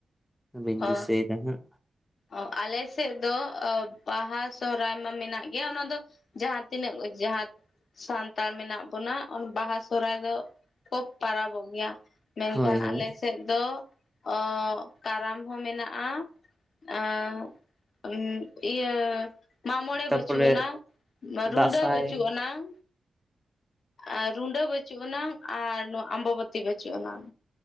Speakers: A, in the centre; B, on the left.
A: ᱵᱟᱹᱧ ᱫᱤᱥᱟᱹᱭ
B: ᱚ
A: ᱫᱟ ᱦᱟᱸᱜ᱾
B: ᱚ ᱟᱞᱮ ᱥᱮᱜ ᱫᱚ ᱚ ᱵᱟᱦᱟ, ᱥᱚᱦᱨᱟᱭ ᱢᱟ ᱢᱮᱱᱟᱜ ᱜᱮᱭᱟ ᱚᱱᱟ ᱫᱚ ᱡᱟᱦᱟᱸ ᱛᱤᱱᱟᱹᱜ ᱚ ᱡᱟᱦᱟᱸ ᱥᱟᱱᱛᱟᱲ ᱢᱮᱱᱟᱜ ᱵᱚᱱᱟ ᱚᱱ ᱵᱟᱦᱟ, ᱥᱚᱦᱨᱟᱭ ᱫᱚ ᱠᱚ ᱯᱟᱨᱟᱵᱚᱜ ᱜᱮᱭᱟ ᱢᱮᱱᱠᱷᱟᱱ
A: ᱦᱳᱭ ᱦᱳᱭ
B: ᱟᱞᱮ ᱥᱮᱜ ᱫᱚ ᱚᱻᱜ ᱠᱟᱨᱟᱢ ᱦᱚᱸ ᱢᱮᱱᱟᱜᱼᱟ ᱟᱸᱵ ᱩᱸᱜ ᱤᱭᱟᱹ ᱢᱟᱢᱚᱬᱮ
A: ᱛᱟᱯᱚᱨᱮ
B: ᱵᱟᱹᱪᱩᱜ ᱟᱱᱟᱝ ᱨᱩᱰᱟᱹ
A: ᱫᱟᱸᱥᱟᱭ
B: ᱵᱟᱹᱪᱩᱜ ᱟᱱᱟᱝ ᱟᱨ ᱨᱩᱰᱟᱹ ᱵᱟᱹᱪᱩᱜ ᱟᱱᱟᱝ ᱟᱨ ᱱᱚᱣᱟ ᱟᱢᱵᱟᱵᱟᱹᱛᱤ ᱵᱟᱹᱪᱩᱜ ᱟᱱᱟᱝ᱾